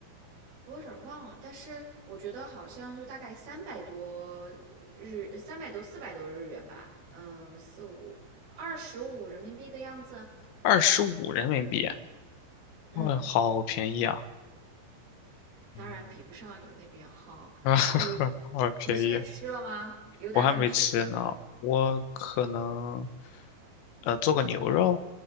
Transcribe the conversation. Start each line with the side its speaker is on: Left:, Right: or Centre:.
Right: 我有点儿忘了，但是我觉得好像就大概三百多日，三百多四百多日元吧，嗯，四五二十五人民币的样子。
Left: 二十五人民币，
Right: 嗯，
Left: 哇、好便宜啊 <laughs>！
Right: 当然比不上你们那边好。
Left: 嗯啊，<laughs>
Right: 你
Left: 好便宜，
Right: 你现在吃了吗？有打算吃什么
Left: 我还没吃呢。我可能，呃，做个牛肉，